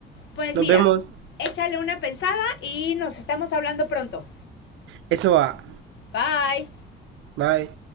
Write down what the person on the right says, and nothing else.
Nos
vemos.
Eso va.
Bye.